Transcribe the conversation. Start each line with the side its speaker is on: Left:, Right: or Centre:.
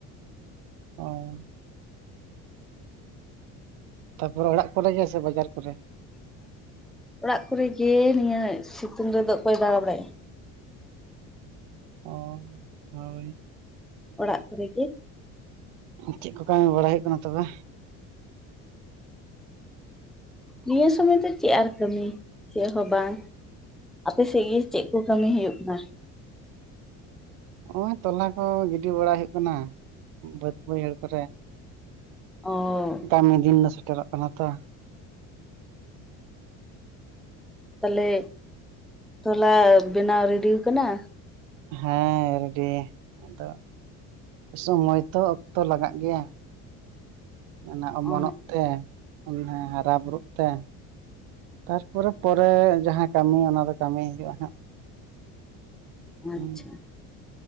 Right: ᱚᱻ ᱛᱟᱯᱚᱨᱮ ᱚᱲᱟᱜ ᱠᱚᱨᱮ ᱜᱮ ᱥᱮ ᱵᱟᱡᱟᱨ ᱠᱚᱨᱮ?
Centre: ᱚᱲᱟᱜ ᱠᱚᱨᱮᱜᱮ ᱱᱤᱭᱟᱹ ᱥᱤᱛᱩᱝ ᱨᱮᱫᱚ ᱚᱠᱚᱭ ᱫᱟᱬᱟ ᱵᱟᱲᱟᱭ
Right: ᱚ ᱦᱳᱭ
Centre: ᱚᱲᱟᱜ ᱠᱚᱨᱮ ᱜᱮ
Right: ᱪᱮᱫ ᱠᱚ ᱠᱟᱹᱢᱤ ᱵᱟᱲᱟᱭ ᱦᱩᱭᱩᱜ ᱠᱟᱱᱟ ᱛᱚᱵᱮ?
Centre: ᱱᱤᱭᱟᱹ ᱥᱚᱢᱚᱭ ᱫᱚ ᱪᱮᱫ ᱟᱨ ᱠᱟᱹᱢᱤ ᱪᱮᱫ ᱦᱚᱸ ᱵᱟᱝ ᱟᱯᱮᱥᱮᱜ ᱜᱮ ᱪᱮᱫ ᱠᱚ ᱠᱟᱹᱢᱤ ᱦᱩᱭᱩᱜ ᱠᱟᱱᱟ?
Right: ᱚᱸᱭ ᱛᱚᱞᱟ ᱠᱚ ᱜᱤᱰᱤ ᱵᱟᱲᱟ ᱦᱩᱭᱩᱜ ᱠᱟᱱᱟ ᱵᱟᱹᱫᱽ ᱵᱟᱹᱭᱦᱟᱹᱲ ᱠᱚᱨᱮ
Centre: ᱚᱻ
Right: ᱠᱟᱹᱢᱤ ᱫᱤᱱ ᱫᱚ ᱥᱮᱴᱮᱨᱚᱜ ᱠᱟᱱᱟ ᱛᱚ᱾
Centre: ᱛᱟᱦᱞᱮ ᱛᱚᱞᱟ ᱵᱮᱱᱟᱣ ᱨᱮᱰᱤᱣ ᱠᱟᱱᱟ᱾
Right: ᱦᱮᱸ ᱨᱮᱰᱤ᱾ ᱟᱫᱚ ᱥᱚᱢᱚᱭ ᱛᱚ ᱚᱠᱛᱚ ᱞᱟᱜᱟᱜ ᱜᱮᱭᱟ᱾ ᱚᱱᱟ ᱚᱢᱚᱱᱚᱜ
Centre: ᱚ
Right: ᱛᱮ ᱩᱱᱤ ᱦᱚᱸ ᱦᱟᱨᱟ ᱵᱩᱨᱩᱜ ᱛᱮ᱾ ᱛᱟᱨᱯᱚᱨᱮ ᱯᱚᱨᱮ ᱡᱟᱦᱟᱸ ᱠᱟᱹᱢᱤ ᱚᱱᱟ ᱫᱚ ᱠᱟᱹᱢᱤ ᱦᱩᱭᱩᱜ-ᱟ ᱦᱟᱸᱜ᱾ ᱦᱩᱸ
Centre: ᱟᱪᱪᱷᱟ᱾